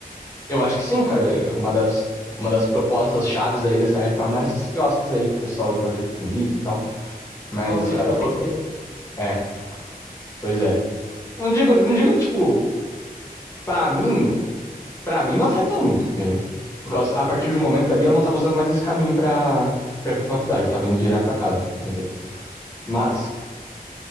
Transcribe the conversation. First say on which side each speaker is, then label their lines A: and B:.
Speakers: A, on the left; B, on the left.
A: Eu acho que sim, cara. Uma das, uma das propostas chaves aí dessa reforma era esses quiosques aí pro pessoal ir fazer piquenique e tal. Mas,
B: Alguma coisa
A: cara,
B: de boa
A: outro...
B: tem que ter, né?
A: é, pois é. Não digo, não digo, tipo, pra mim, pra mim não afetou muito, entendeu? Por causa, a partir de um momento ali eu não tava usando mais esse caminho pra, pra ir pra faculdade, eu tava indo direto pra casa, entendeu? Mas,